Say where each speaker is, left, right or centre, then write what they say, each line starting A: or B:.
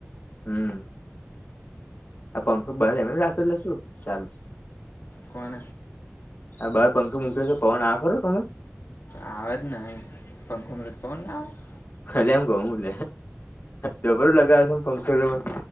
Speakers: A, on the left (about 50°); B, on the left (about 70°).
A: હમ, આ પંખ ભાઈ એમ રાખેલા શું ચાલુ.
B: કોન?
A: આ બાર પંખ મૂક્યો છે, પવન આ ખરો તમે?
B: આવાજ નહી, પંખો મ ફોન ના આવે.
A: ખાલે એમ કઉ લ જબર લગાવ છે, મ પંક્માં.